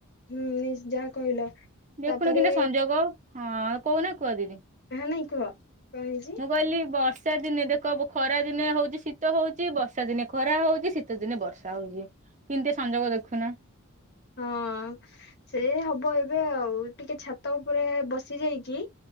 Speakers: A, on the left; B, on the right.
A: ହୁଁ ଯାହା କହିଲ
B: ଦେଖୁନ
A: ତାପରେ
B: କେନ୍ତିଆ ସଂଯୋଗ ହଁ କହୁନା କୁହ ଦିଦି
A: ହଁ ନାଇଁ କୁହ କଣ ହେଇଛି
B: ମୁଁ କହିଲି ବର୍ଷ ବର୍ଷା ଦିନେ ଦେଖ ବ ଖରା ଦିନେ ହଉଚି ଶୀତ ହଉଚି ବର୍ଷା ଦିନେ ଖରା ହଉଚି ଶୀତ ଦିନେ ବର୍ଷା ହଉଚି। କେମିତିଆ ସଂଯୋଗ ଦେଖୁନା
A: ହଁ ସେ ହବ ଏବେ ଆଉ ଟିକେ ଛାତ ଉପରେ ବସ ଆସି ଯାଇକି